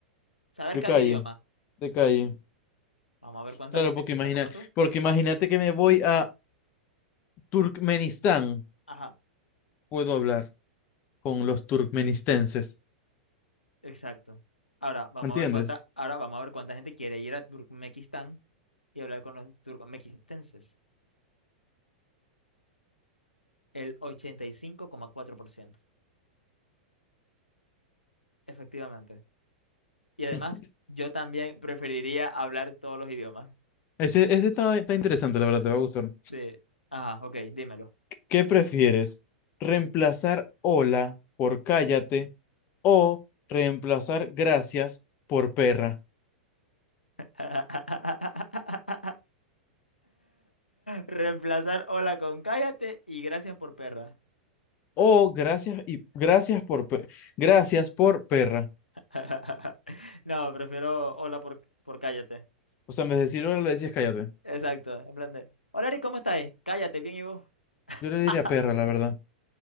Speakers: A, on the left; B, on the left.
A: Saber
B: De
A: cada
B: calle,
A: idioma.
B: de calle.
A: Vamos a ver cuánta
B: Claro,
A: gente
B: porque
A: piensa
B: imagina,
A: como tú.
B: porque imagínate que me voy a Turkmenistán,
A: Ajá,
B: puedo hablar con los turkmenistenses,
A: exacto. Ahora vamos
B: ¿entiendes?
A: a ver cuánta, ahora vamos a ver cuánta gente quiere ir a Turkmenistán y hablar con los turcomequistenses. El ochenta y cinco coma cuatro por ciento Efectivamente. Y además,
B: <laughs>
A: yo también preferiría hablar todos los idiomas.
B: Este, este está, está interesante, la verdad, te va a gustar.
A: Sí. Ajá, ok, dímelo.
B: ¿Qué prefieres? ¿Reemplazar hola por cállate o reemplazar gracias por perra?
A: <laughs> Reemplazar hola con cállate y gracias por perra.
B: O gracias y gracias por per- gracias por perra.
A: <laughs> No, prefiero hola por, por cállate.
B: O sea, en vez de decir hola le dices cállate.
A: Exacto, en plan de. Hola Ari, ¿cómo estáis? Cállate, bien y vos.
B: Yo le diría
A: <laughs>
B: perra, la verdad.